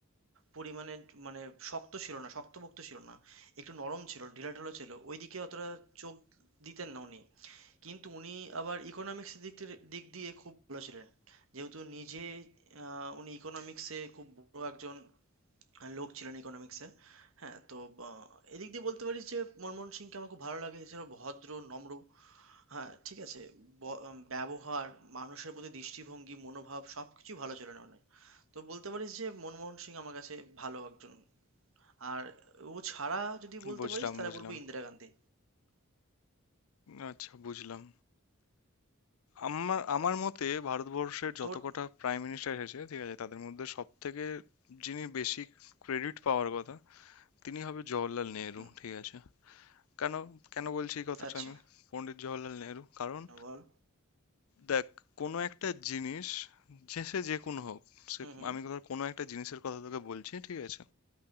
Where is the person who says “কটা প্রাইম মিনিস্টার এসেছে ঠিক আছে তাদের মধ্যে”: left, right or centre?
Left